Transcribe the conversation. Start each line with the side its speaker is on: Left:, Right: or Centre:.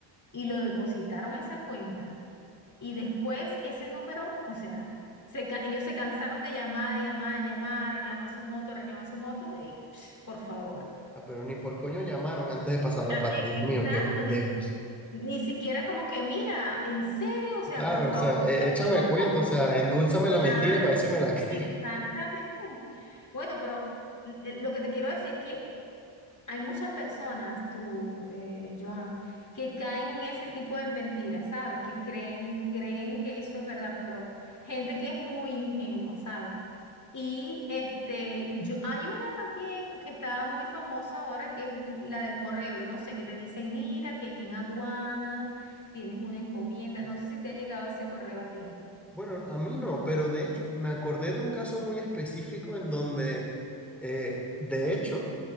Left: y lo depositaron a esa cuenta. Y después ese número, o sea, se ca- ellos se cansaron de llamar, de llamar, de llamar, reclamar su moto, reclamar su moto y <sniffs> psh, por favor.
Centre: Ah, pero ni por coño llamaron antes de pasar la
Left: Eh,
Centre: plata. Dios
Left: Exacto,
Centre: mío, qué pendejos.
Left: Ni siquiera como que, mira, en serio, o sea,
Centre: Claro,
Left: por favor,
Centre: o sea, e-
Left: <laughs>
Centre: échame
Left: tampoco.
Centre: el cuento, o sea, endúlzame la
Left: Claro,
Centre: mentira para ver si me la <laughs> creo.
Left: exactamente. Bueno, pero eh, lo que te quiero decir es que hay muchas personas, tú, eh, Joan, que caen en ese tipo de mentiras, ¿sabes? Que creen, creen que eso es verdad, pero gente que es muy ingenua, ¿sabes? Y este, yo, hay una también que está muy famosa ahora, que es la del correo. Yo no sé, que te dicen, mira, que aquí en aduana tienes una encomienda. No sé si te ha llegado ese correo a ti.
Centre: Bueno, a mí no, pero de hecho me acordé de un caso muy específico en donde, eh, de hecho,